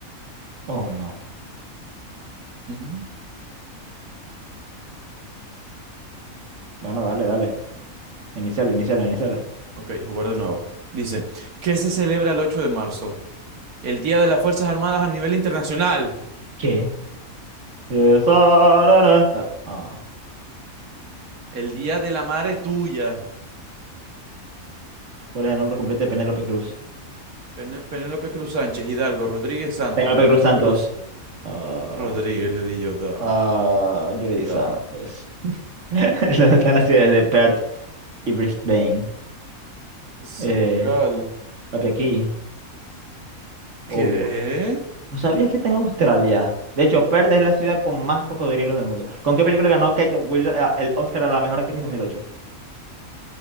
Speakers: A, on the right (about 55°); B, on the right (about 85°).
A: Oh, no.
B: Ujú.
A: Bueno, dale, dale. Iniciala, iniciala, iniciala.
B: Ok, jugar de nuevo. Dice, ¿qué se celebra el 8 de marzo? El Día de las Fuerzas Armadas a nivel internacional.
A: ¿Qué? Eh, sarara. Ah.
B: El Día de la Madre Tuya.
A: ¿Cuál es el nombre completo de Penélope Cruz?
B: Pené- Penélope Cruz Sánchez, Hidalgo, Rodríguez Santos,
A: Penélope
B: Penélope
A: Cruz Santos.
B: Cruz.
A: Ah,
B: Rodríguez, le di yo, da,
A: ah, Yuri Santos.
B: da.
A: <laughs> ¿Dónde están las ciudades de Perth y Brisbane?
B: Senegal.
A: Eh, Papi, aquí, obvio.
B: ¿Qué?
A: ¿No sabías que está en Australia? De hecho, Perth es la ciudad con más cocodrilos del mundo. ¿Con qué película ganó Kate Winslet eh, el Oscar a la mejor actriz 2008?